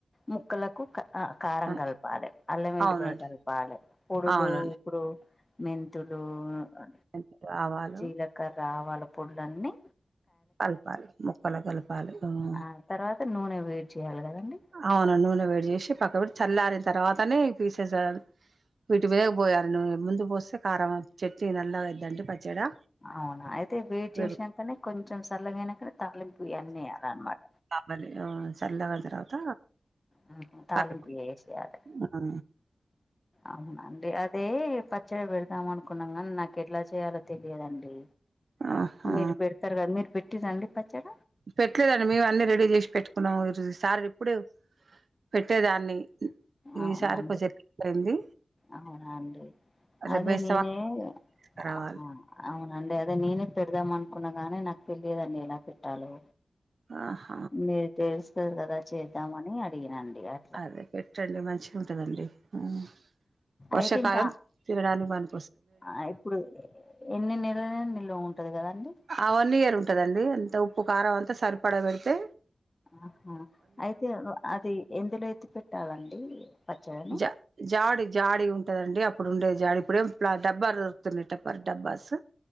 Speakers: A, on the left (about 35°); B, on the right (about 75°).
A: ముక్కలకు క ఆ కారం
B: ఆ!
A: గలపాలె అల్లం ఎల్లిపాయ
B: అవునండి
A: గలపాలె పొడులు
B: అవునండి
A: ఇప్పుడు మెంతులు అ
B: జీలకర్ర, ఆవాలు
A: జీలకర్ర ఆవాల పొడులన్నీ
B: కలపాలి ముక్కలకు కలపాలి ఉమ్
A: ఆ తర్వాత నూనె వేడ్ చేయాలి కదండి
B: అవునండి నూనె వేడి జేషి పక్కకు పెటి చల్లారిన తర్వాతనే పీసేస్ ఎయాలి వీటి మీదగ పోయాలి నూనె ముందు పోస్తే కారం చెట్ని నల్ల గైద్దండి పచ్చడా
A: అవునా అయితే వేడ్ చేషినంకనే
B: వేడి
A: కొంచెం సల్లగైనంకనే తాలింపు ఇయ్యన్నీ ఎయ్యాలి అనమాట
B: మళ్లీ ఆ సల్లగైన తర్వాత
A: ఉమ్ హు తాలింపు
B: కలుపు
A: ఏషెయాలి
B: ఆ
A: అవునండి అదే పచ్చడి పేడుదాం అనుకున్నం గనీ నాకు ఎట్ల చేయాలో తెలియదండి
B: ఆహా
A: మీరు పెడతరు గద మీరు పెట్టిరా అండి పచ్చడ
B: పెట్లేదండి మేమే అన్నీ రెడీ చేషి పెట్టుకున్నం ఇ జ్ ఈ సార్ ఇప్పుడు పెట్టేదాన్ని
A: అవునండి
B: ఈసారి కొంచెం లేట్ అయింది
A: అవునండి
B: రేపు
A: అదే
B: బేస్తవా
A: నెనే
B: రావాలి
A: అహ అవునండి అదే నేనే పెడుదాం అనుకున్నా గానీ నాకు తిలియడండి ఎలా పెట్టాలో
B: ఆహ
A: మీరు తెలుస్తది గదా చేద్దామని అడిగినండి అ
B: అదే పెట్టండి మంచి గుంటదండి ఉమ్ వర్షాకాలం
A: అయితే ఇంకా
B: తినడానికి పని
A: ఆ ఇప్పుడు ఎన్ని నెలలైన నిలువ ఉంటది గదండి
B: ఆ వన్ ఇయర్ ఉంటదండి అంత ఉప్పు కారం అంత సరిపడ పేడితే
A: ఆహ అయితే ఒ అది ఎందులో అయితే ఎత్తి పెట్టాలండి పచ్చడిని
B: జ జాడి జాడి ఉంటదండి అప్పుడు ఉండేది జాడి ఇప్పుడేం ప్ల డబ్బా దొరుకుతున్నయ్ టప్పర్ డబ్బాస్